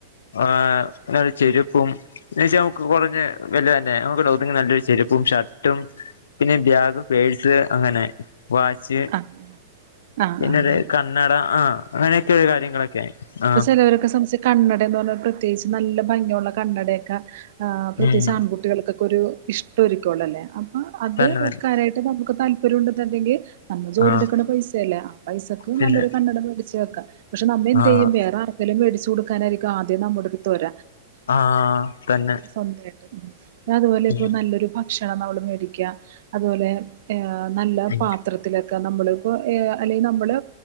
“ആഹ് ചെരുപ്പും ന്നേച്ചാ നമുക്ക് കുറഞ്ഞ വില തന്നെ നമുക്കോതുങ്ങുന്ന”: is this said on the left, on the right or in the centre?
Left